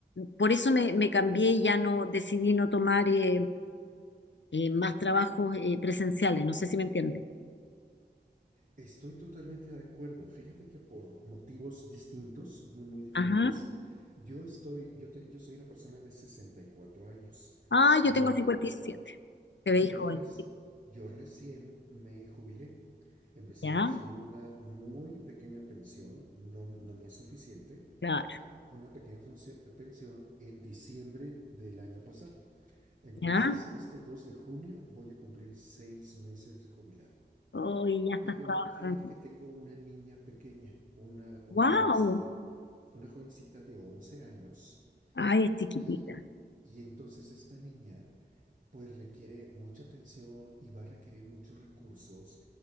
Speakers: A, on the left; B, on the right.
A: por eso me, me cambié y ya no decidí no tomar eh, eh, más trabajos eh, presenciales, no sé si me entiende.
B: estoy totalmente de acuerdo. Fíjate que por motivos distintos, muy, muy diferentes,
A: Ajá.
B: yo estoy, yo, te- yo soy una persona de 64 años.
A: Ah, yo
B: Yo
A: tengo
B: me,
A: cincuenta y siete Te veis
B: Yo,
A: joven.
B: reci-
A: Sí,
B: yo recién me jubilé. Empecé
A: Ya,
B: a recibir una muy pequeña pensión, no, no me es suficiente,
A: claro.
B: una pequeña funci- pensión en diciembre del año pasado. Entonces,
A: Ya.
B: este 2 de junio voy a cumplir seis meses de jubilado.
A: Hoy ya estás
B: Pero
A: trabajando.
B: fíjate que tengo una niña pequeña, una, una
A: ¡Wow!
B: jovencita, una jovencita de once años
A: Ay, es chiquitita.
B: y, y entonces esta niña pues requiere mucha atención y va a requerir muchos recursos.